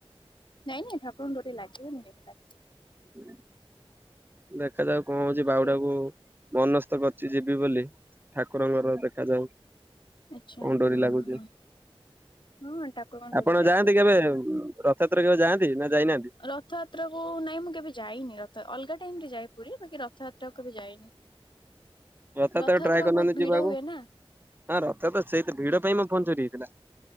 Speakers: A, on the left; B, on the right.
A: ନାଇଁ ନାଇଁ ଠାକୁରଙ୍କ ଡୋରି ଲାଗିବନି କାଇଁ ଲା
B: <inaudible> ଦେଖା ଯାଉ କଣ ହଉଚି
A: ଯିବେ
B: ବାଉଡାକୁ ମନସ୍ତ କରିଚି ଯିବି ବୋଲି ଠାକୁରଙ୍କର ଦେଖାଯାଉ କଣ
A: ଆଚ୍ଛା
B: ଡୋରି
A: ହଁ
B: ଲାଗୁଚି।
A: ହଁ ହଁ ହଁ ଠାକୁରଙ୍କ ଡୋରି
B: ଆପଣ
A: ଲାଗିବ।
B: ଯାଆନ୍ତି କେବେ ଉଁ ରଥଯାତ୍ରା କେବେ ଯାଆନ୍ତି ନା ଯାଇନାଆନ୍ତି?
A: ରଥଯାତ୍ରାକୁ ନାଇଁ ମୁଁ କେବେ ଯାଇନି ରଥ ଅଲଗା ଟାଇମରେ ଯାଏ ପୁରୀ ବାକି ରଥଯାତ୍ରାକୁ କେବେ ଯାଇନି।
B: ରଥଯାତ୍ରାକୁ
A: ରଥଯାତ୍ରା
B: ଟ୍ରାଏ
A: କୁ
B: କରୁନାଆନ୍ତି
A: ବହୁତ ଭିଡ
B: ଯିବାକୁ।
A: ହୁଏ ନା
B: ହଁ ରଥଯାତ୍ରା ସେଇତ ଭିଡ ପାଇଁ ମୋ ଫୋନ୍ ଚୋରି ହେଇଥିଲା।